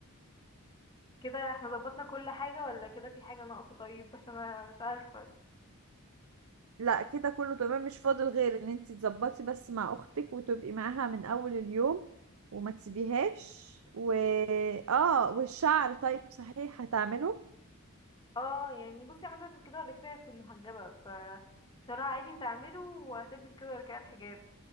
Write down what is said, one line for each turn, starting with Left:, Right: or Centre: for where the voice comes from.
Left: كده احنا ظبطنا كل حاجة ولا كده في حاجة ناقصة طيب عشان أنا مش عارفة
Right: لا كده كله تمام مش فاضل غير ان انت تظبطي بس مع اختك وتبقي معاها من اول اليوم وما تسيبيهاش و اه والشعر طيب صحيح هتعمله
Left: اه يعني بصي عملت كده ولا كده هتكون محجبة ف شعرها عادي تعمله وهتلبس كده ولا كده الحجاب